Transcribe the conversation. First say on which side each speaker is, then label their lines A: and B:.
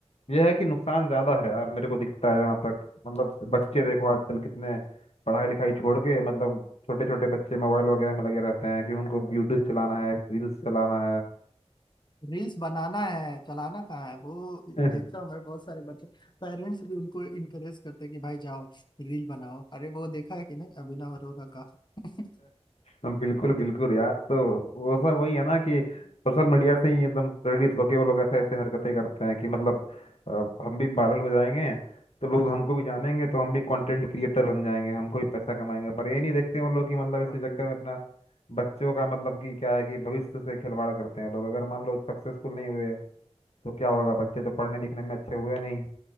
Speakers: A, on the left (about 70°); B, on the left (about 40°).
A: यह है कि नुकसान ज्यादा है यार मेरे को दिखता है जहाँ तक मतलब बच्चे देखो आजकल कितने पढ़ाई लिखाई छोड़ के मतलब छोटे छोटे बच्चे मोबाइल वगैरह में लगे रहते हैं कि उनको यूट्यूब चलाना है रील्स चलाना
B: रील्स बनाना है चलाना कहाँ है वो
A: है <laughs>
B: देखता हूँ मैं बहुत सारे बच्चे पेरेंट्स भी उनको इनकरेज करते हैं कि भाई जाओ रील बनाओ अरे वो देखा है कि नहीं अभिनव अरोरा का <laughs>
A: हम बिल्कुल बिल्कुल यार तो वो सब वही है ना कि सोशल मीडिया से ही एकदम प्रेरित होके वो लोग ऐसे ऐसे हरकतें करते हैं कि मतलब अ, हम भी वायरल हो जाएंगे तो लोग हमको भी जानेंगे तो हम भी कंटेंट क्रिएटर बन जाएंगे हमको भी पैसा कमाएंगे पर ये नहीं देखते वो लोग कि मतलब इसके
B: भाई
A: चक्कर में अपना बच्चों का मतलब कि क्या है कि भविष्य से खिलवाड़ करते हैं लोग अगर मान लो सक्सेसफुल नहीं हुए तो क्या होगा बच्चे तो पढ़ने लिखने में अच्छे हुए नहीं